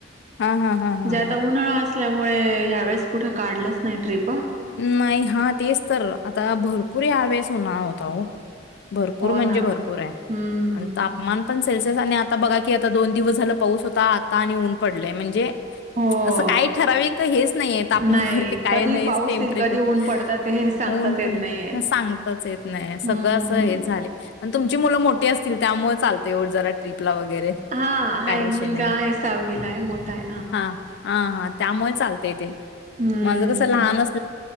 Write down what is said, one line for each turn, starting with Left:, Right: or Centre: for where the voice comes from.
Left: हा हा हा
Right: म्हणजे
Left: हा
Right: आता
Left: हा.
Right: उन्हाळा असल्यामुळे ह्या वेळेस कुठे काढलंच नाही ट्रीप.
Left: नाही हा तेच तर आता भरपूर ह्यावेळेस होणार. ताऊ. भरपूर
Right: हो
Left: म्हणजे
Right: ना
Left: भरपूर
Right: हम्म
Left: आहे आणि तापमान पण. सेल्सिअस आणि आता बघा की आता दोन दिवस झालं पाऊस होता. आता आणि ऊन पडलेय म्हणजे.
Right: हो
Left: असं काही ठराविक हेच नाहीय तापमानावर
Right: नाही
Left: की काय
Right: कधी
Left: नाही.
Right: पाऊस
Left: टेंपरेचर,
Right: येईल कधी ऊन पडतात हे सांगताच
Left: ऊन
Right: येत
Left: पडेल
Right: नाहीये
Left: सांगतच येत नाहिये, सगळ
Right: हम्म
Left: अस हेच झालंय, आणि तुमची मुलं मोठी असतील त्यामुळे चालतंय ओ. हो जरा ती. वैगरे,
Right: हा हाय
Left: काही विषय
Right: मुलगा
Left: नाही,
Right: आहे सहावीला आहे मोठा आहे
Left: हा हा हा त्यामुळे चाल. ते ते.
Right: हम्म
Left: माझं कसं लहान अस.